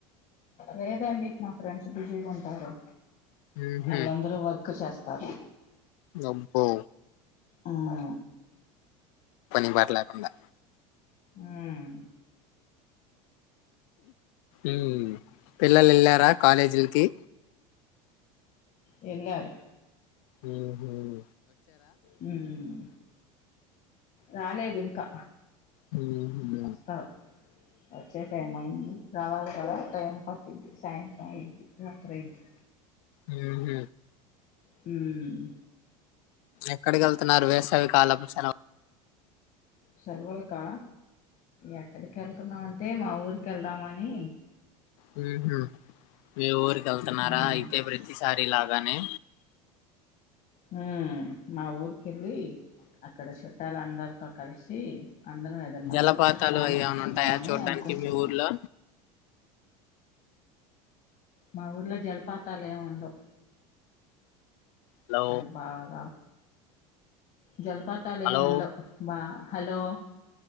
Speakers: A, on the left; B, on the left.
A: లేదండి మా ఫ్రెండ్స్ బిజీగా ఉంటారు
B: ఉహు
A: వాళ్ళందరూ వర్క్ చేస్త సరే
B: అబ్బో
A: ఉమ్
B: పని పాట లేకుండా
A: ఊమ్
B: ఉమ్ పిల్లలు వెళ్ళారా కాలేజీలకి
A: వెళ్లారు
B: మ్మ్ హ్మ్
A: హ్మ్ రాలేదు ఇంకా
B: హ్మ్
A: వస్తారు వచ్చే టైమ్ అయింది రావాలి కథ టైమ్ పట్ద్ది సాయంత్రం ఇయిద్ది రాత్రి అయిది
B: హ్మ్
A: మ్మ్
B: ఎక్కడికి వెళ్తున్నారు వేసవికాలపు సేలా
A: సెలవులుకా ఎక్కడికి వెళ్తున్నామంటే మా ఊరికి వెళ్దామని
B: మ్మ్ హ్మ్ మీ ఊరిక వెళ్తున్నారా
A: ఉమ్
B: అయితే ప్రతిసారి లాగానే
A: ఉమ్ మా ఊరికి వెళ్ళి అక్కడ చుట్టాల అందరితో కలిసి అందరం ఏదన్నా
B: జలపాతాలు
A: ట్రిప్పు ప్లాన్
B: అవి
A: చేసుకుందామని
B: ఏమైనా ఉంటాయా చూడ్డానికి
A: అనుకుంటున్నాము
B: మీ ఊర్లో
A: మా ఊర్లో జల్పాతలు ఏం ఉందవు
B: హలో
A: అది బాగా జలపాతాలు
B: హలో
A: ఏమి ఉండవ్ బా హలో